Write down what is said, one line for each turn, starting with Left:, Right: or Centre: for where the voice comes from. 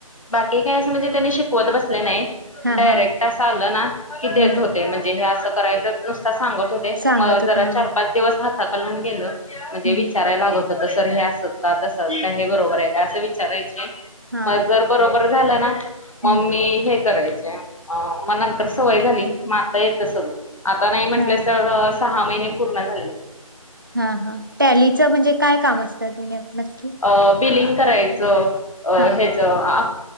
Left: बाकी काही अस म्हणजे त्यानी शिकवत बसले नाही.
Right: हा
Left: डायरेक्ट
Right: हा
Left: असं आलं ना की देत
Right: हम्म
Left: होते. म्हणजे हे असं करायचं नुसता सांगत होते.
Right: सांगत
Left: म
Right: होत्या
Left: जरा चार पाच दिवस हाताकलून गेल. म्हणजे
Right: हम्म
Left: विचाराय लागत त सर हे असच का? तसच का? हे बरोबर आहे का? असं विचारायचे.
Right: हा
Left: मग जर बरोबर झालं ना. मग
Right: हम्म
Left: मी हे करायचे. अ म नंतर सवय झाली. म आता येत सगळ. आता नाही म्हंटलंस
Right: हा
Left: तर सहा महिने पूर्ण झाले.
Right: हा हा टॅलीचं म्हणजे काय काम असतंने नक्की?
Left: अ बिलिंग करायचं. अ
Right: हा
Left: हेच अ